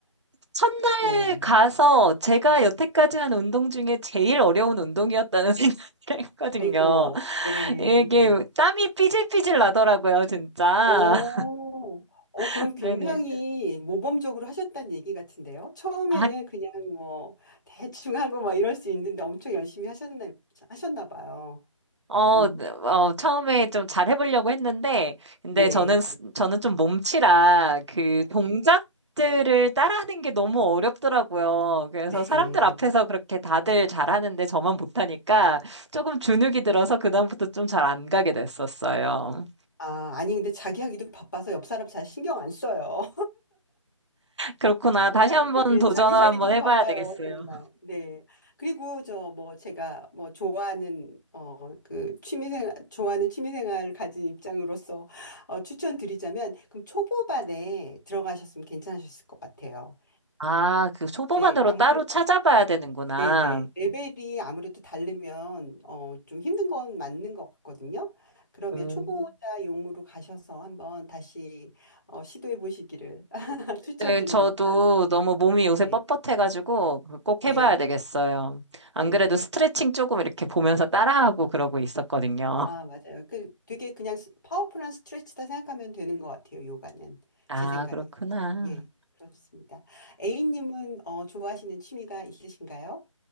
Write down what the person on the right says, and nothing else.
첫날
가서 제가 여태까지 한 운동 중에 제일 어려운 운동이었다는 <laughs> 생각을 했거든요.
이게 땀이 삐질삐질 나더라고요, 진짜.
<laughs>
네네.
아,
어,
네, 어, 처음에 좀 잘 해보려고 했는데, 근데
저는, 스- 저는 좀 몸치라 그 동작들을 따라하는 게 너무 어렵더라고요. 그래서
사람들 앞에서 그렇게 다들 잘하는데 저만 못하니까 조금 주눅이 들어서 그다음부터 좀 잘 안 가게 됐었어요.
그렇구나. 다시
한번
도전을
한번 해봐야
되겠어요.
아, 그 초보반으로
따로 찾아봐야 되는구나.
음.
네, 저도 너무 몸이 요새
뻣뻣해가지고 꼭
해봐야 되겠어요. 안
그래도
스트레칭 조금 이렇게 보면서 따라하고 그러고 있었거든요.
아,
그렇구나.